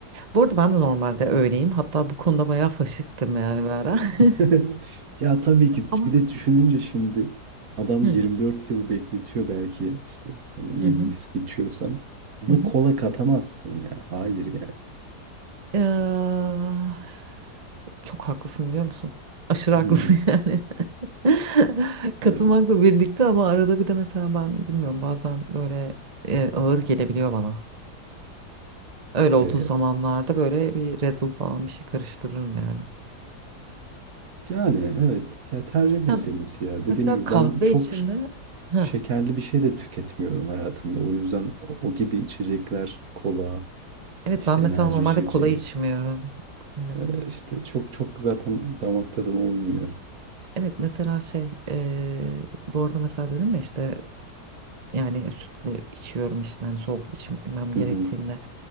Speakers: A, on the right (about 30°); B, on the right (about 60°).
A: Bu arada ben de normalde öyleyim. Hatta bu konuda bayağı faşistim yani bir ara.
B: <laughs>
A: <laughs>
B: Ya tabii ki
A: Ama
B: bir de düşününce şimdi adam
A: hı
B: 24 yıl bekletiyor belki işte hani iyi
A: hı hı.
B: bir viski içiyorsan. Ona
A: hı hı.
B: kola katamazsın ya. Hayır yani.
A: Eee, çok haklısın biliyor musun? Aşırı
B: <laughs>
A: haklısın
B: Hı hı.
A: <laughs> yani. <laughs>
B: Yani,
A: Katılmakla birlikte ama arada bir de mesela ben bilmiyorum bazen böyle e, ağır gelebiliyor bana. Öyle olduğu
B: e,
A: zamanlarda böyle bir Red Bull falan bir şey karıştırırım yani.
B: Yani, evet, ya, tercih meselesi
A: Ya
B: ya. Dediğim
A: mesela
B: gibi
A: kahve
B: ben çok
A: içinde
B: ş
A: ha
B: şekerli bir şey de tüketmiyorum hayatımda. O yüzden o o gibi içecekler, kola,
A: evet
B: işte,
A: ben
B: enerji
A: mesela normalde
B: içeceği,
A: kola içmiyorum. Evet.
B: eee, işte, çok çok zaten damak tadıma uymuyor.
A: Evet mesela şey eee bu arada mesela dedim ya işte yani sütlü içiyorum işte hani soğuk içmem gerektiğinde.
B: Hı hı.